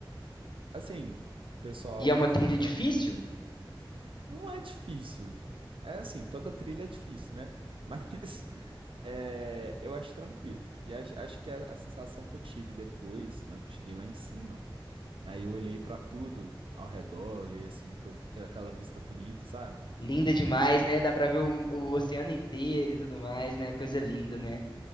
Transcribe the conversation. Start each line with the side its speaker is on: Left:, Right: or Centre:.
Right: assim, o pessoal
Left: E é
Right: costuma.
Left: uma trilha difícil?
Right: Não é difícil. É assim, toda trilha é difícil, né? <laughs> Mas. É, eu acho tranquilo. E acho, acho que a, a sensação que eu tive depois, né, que eu cheguei lá em cima, aí eu olhei pra tudo ao redor, olhei assim para aquela vista bonita, sabe?
Left: Linda demais, né? Dá pra ver o, o oceano inteiro e tudo mais, né? Coisa linda, né?